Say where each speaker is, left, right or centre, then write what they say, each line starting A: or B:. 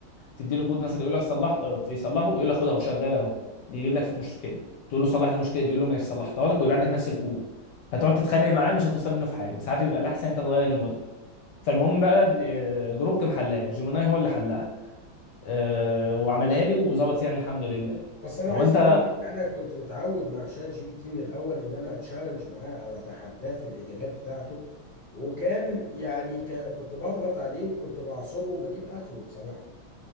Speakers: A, on the left; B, on the left.
A: تدي له كود مثلا يقول لك صلح اه، يصلحه يقول لك خد اهو شغال اهو يجيب لك في مشكله تقول له صلح لي المشكله دي يقول له ماشي صلحتها لك ويبعت لك نفس الكود هتقعد تتخانق معاه مش هتوصل منه في حاجه ساعات بيبقى الاحسن انت تغير الموديل فالمهم بقى اه، جروك محلها جيميناي هو اللي حلها اه، وعملها لي وظبط يعني الحمد لله
B: بس انا
A: هو
B: عايز
A: انت
B: اقول لك انا كنت متعود مع شات جي بي تي من الاول ان انا اتشالنج معاه او اتحداه في الاجابات بتاعته وكان يعني ك- كنت بضغط عليه وكنت بعصره وبجيب اخره بصراحه